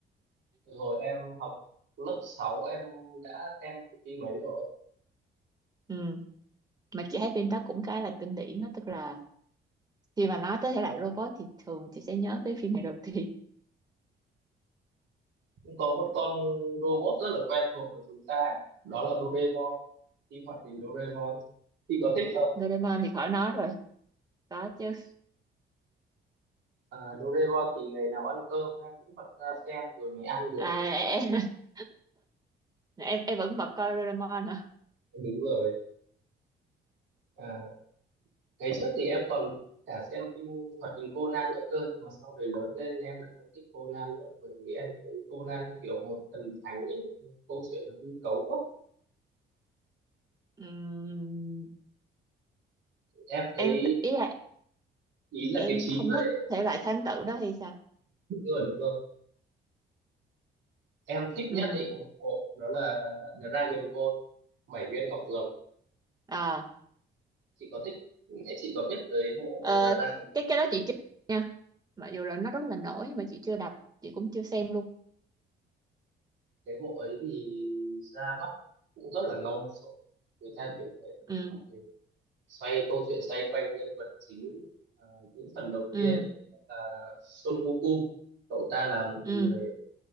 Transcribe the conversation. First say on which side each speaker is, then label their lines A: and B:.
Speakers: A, on the right; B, on the right.
A: từ hồi em học lớp 6 em đã xem cái phim ấy rồi.
B: ừ mà chị thấy phim đó cũng khá là kinh điển đó tức là khi mà nói tới thể loại robot thì thường chị sẽ nhớ tới phim này đầu tiên
A: Cũng có một con robot rất là quen thuộc với chúng ta, ấy. đó là Doraemon, phim hoạt hình Doraemon. Chị có thích không?
B: Doraemon thì khỏi nói rồi có chứ
A: À, Doraemon thì ngày nào ăn cơm em cũng bật ra xem rồi mới ăn được.
B: à, em, <laughs> em em vẫn bật coi Doraemon hả
A: Đúng rồi. À, ngày trước thì em còn cả xem phim hoạt hình Conan nữa cơ nhưng mà sau này lớn lên em lại không thích Conan nữa bởi vì em thấy Conan như kiểu một thần thánh ấy. câu chuyện nó hư cấu quá
B: Ừm,
A: em thấy
B: em ý là
A: ý là
B: em
A: cái trí
B: không
A: vậy
B: thích thể loại thám tử đó hay sao
A: đúng rồi đúng rồi em thích
B: Ừm,
A: nhất ý một bộ đó là Dragon Ball bảy viên ngọc rồng
B: à
A: chị có thích chị có biết tới bộ
B: ờ,
A: Dragon
B: cái cái đó chị chưa nha mặc dù là nó rất là nổi nhưng mà chị chưa đọc chị cũng chưa xem luôn
A: cái bộ ấy thì ra mắt cũng rất là lâu rồi người ta thường thấy
B: ừ
A: phim hoạt hình xoay câu chuyện xoay quanh nhân vật chính à, những phần đầu
B: ừ
A: tiên ấy là Son Goku cậu ta là một
B: ừ
A: người